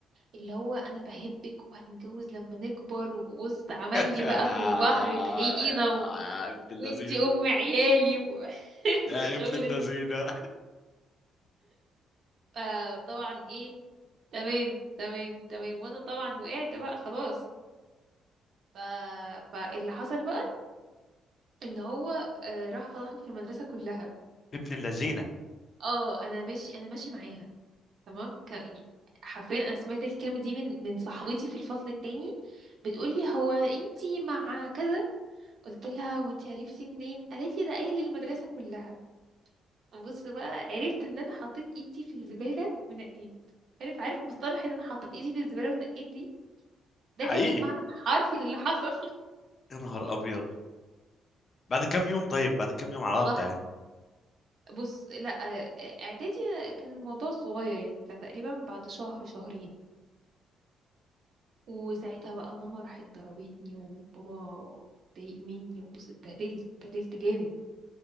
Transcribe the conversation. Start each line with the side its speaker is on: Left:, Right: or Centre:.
Right: اللي هو انا بحبك وهنتجوز لما نكبر وبص عمل
Left: <laughs>
Right: لي
Left: يا
Right: بقى من البحر طحينه و...
Left: ابن اللذينة
Right: وانتي ام عيالي و... <laughs>
Left: يا
Right: الشغل
Left: ابن اللذينة
Right: ده. فطبعا ايه تمام تمام تمام وانا طبعا وقعت بقى خلاص ف... فاللي حصل بقى ان هو آه، راح فضحني في المدرسه كلها
Left: ابن اللذينة
Right: اه انا ماشي انا ماشي معاها تمام ك... حرفيا انا سمعت الكلمه دي من من صاحبتي في الفصل التاني بتقولي هو انتي مع كذا قلت لها وانتي عرفتي منين قالت لي ده قايل للمدرسه كلها بص بقى عرفت ان انا حطيت ايدي في الزباله ونقيت عارف عارف مصطلح ان انا حطيت ايدي في الزباله ونقيت دي ده
Left: حقيقي
Right: كان المعنى الحرفي للي حصل
Left: يا نهار أبيض بعد كم يوم طيب بعد كم يوم علاقة
Right: <laughs> فضحني
Left: يعني
Right: بص لا اعدادي كان الموضوع صغير يعني فتقريبا بعد شهر شهرين وساعتها بقى ماما راحت ضربتني وبابا ضايق مني وبص اتبهدلت اتبهدلت جامد